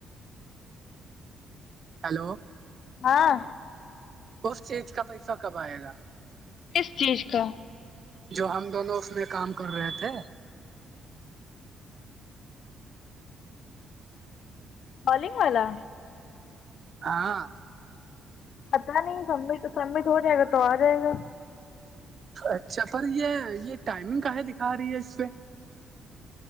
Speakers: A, on the right (about 45°); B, on the left (about 65°).
A: ہیلو
B: ہاں
A: اس چیز کا پیسہ کب آئے گا
B: کس چیز کا
A: جو ہم دونوں اس میں کام کر رہے تھے
B: بالنگ والا
A: ہاں
B: پتہ نہیں سبت سبت ہو جائے گا تو آ جائے گا
A: اچھا پر یہ یہ ٹائمنگ کا ہے دکھا رہی ہے اس پہ